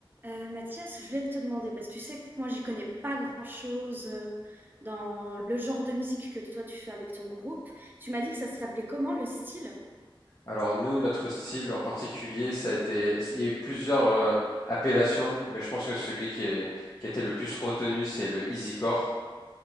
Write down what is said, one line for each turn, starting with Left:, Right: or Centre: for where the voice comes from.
Right: Euh, Mathias, je voulais te demander, parce que tu sais que moi, j'y connais pas grand-chose euh, dans le genre de musique que toi, tu fais avec ton groupe. Tu m'as dit que ça s'appelait comment le style?
Left: Alors nous, notre style en particulier, ça a été, il y a eu plusieurs euh, appellations, mais je pense que celui qui est, qui a été le plus retenu, c'est le easycore.